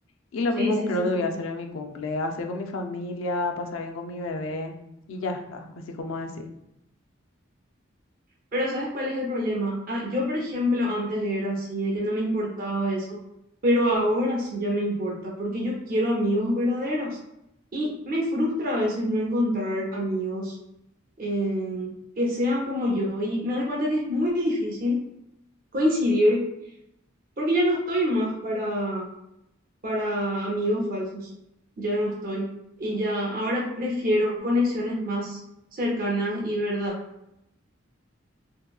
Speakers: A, on the left (about 80°); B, on the right (about 45°).
A: y lo
B: sí,
A: mismo
B: sí,
A: creo
B: sí,
A: que
B: sí.
A: voy a hacer en mi cumple, hacer con mi familia, pasar bien con mi bebé y ya está, así como decir.
B: Pero ¿sabes cuál es el problema? Ah, yo, por ejemplo, antes era así, de que no me importaba eso, pero ahora sí ya me importa, porque yo quiero amigos verdaderos. Y me frustra a veces no encontrar amigos eh, que sean como yo. Y me doy cuenta que es muy difícil coincidir, porque ya no estoy más para, para amigos falsos. Ya no estoy. Y ya, ahora prefiero conexiones más cercanas y verdad.